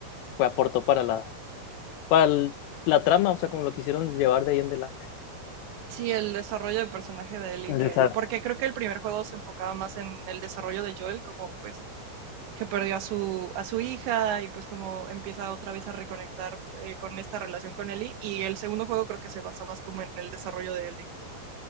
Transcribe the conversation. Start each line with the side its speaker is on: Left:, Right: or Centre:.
Left: fue aportó para la para el- la trama, o sea, como lo quisieron llevar de ahí en adelante.
Right: Sí, el desarrollo del personaje de Ellie,
Left: El
Right: que,
Left: desarrollo.
Right: porque creo que el primer juego se enfocaba más en el desarrollo de Joel, como pues que perdió a su, a su hija y pues como empieza otra vez a reconectar eh, con esta relación con Ellie, y el segundo juego creo que se basa más como en el desarrollo de Ellie.